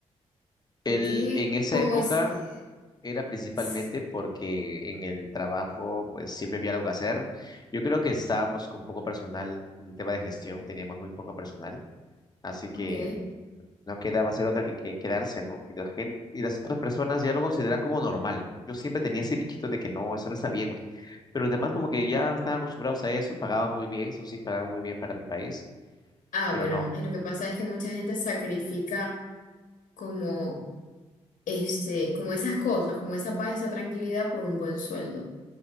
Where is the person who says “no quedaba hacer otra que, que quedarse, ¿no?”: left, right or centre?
Left